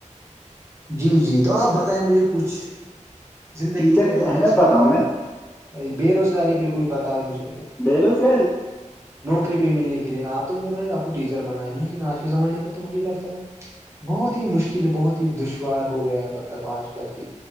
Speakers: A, on the right (about 20°); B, on the left (about 15°).
A: جی جی تو آپ بتائیں مجھے کچھ زندگی
B: ٹیچر
A: کے
B: کی اہمیت
A: متشی
B: بتاؤں
A: کے لیے
B: میں
A: بے روزگاری پہ کچھ بتاؤ مجھے
B: بے روزگاری
A: نوکری پہ ملنے کے لیے آپ تو بول رہے ہیں آپ کو ٹیچر بننا ہے لیکن آج کے زمانے میں تو مجھے لگتا ہے بہت ہی مشکل بہت ہی دشوار ہو گیا مطلب آج کل کے